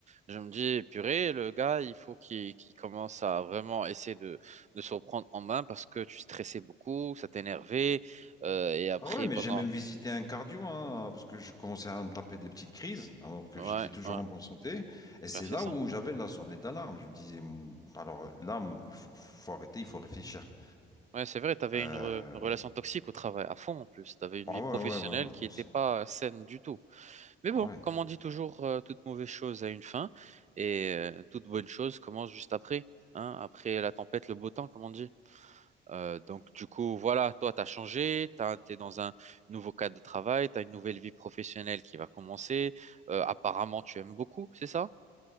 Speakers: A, on the right; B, on the left.
A: Je me dis, purée, le gars, il faut qu'il qu'il commence à vraiment essayer de, de se reprendre en main parce que tu stressais beaucoup, ça t'énervait. euh, et après,
B: Ah ouais, mais
A: pendant.
B: j'ai même visité un cardio, hein, parce que je commençais à me taper des petites crises, alors que
A: Ouais,
B: j'étais toujours
A: ouais.
B: en bonne santé. Et c'est
A: Ben, c'est
B: là
A: ça.
B: où j'avais la sonnette d'alarme. Je me disais, Mou, alors là, mou, il faut, faut arrêter, il faut réfléchir.
A: Ouais, c'est vrai, tu avais
B: Euh,
A: une, re- une relation toxique au travail, à fond en plus. Tu avais une
B: Ah
A: vie
B: ouais,
A: professionnelle
B: ouais, ouais, ouais.
A: qui
B: mais
A: n'était
B: c'est-
A: pas euh, saine du tout. Mais bon,
B: ah ouais.
A: comme on dit toujours, euh, toute mauvaise chose a une fin et euh, toute bonne chose commence juste après. hein, après la tempête, le beau temps, comme on dit. Euh, donc, du coup, voilà, toi, tu as changé, tu es dans un nouveau cadre de travail, tu as une nouvelle vie professionnelle qui va commencer. Euh, apparemment, tu aimes beaucoup, c'est ça?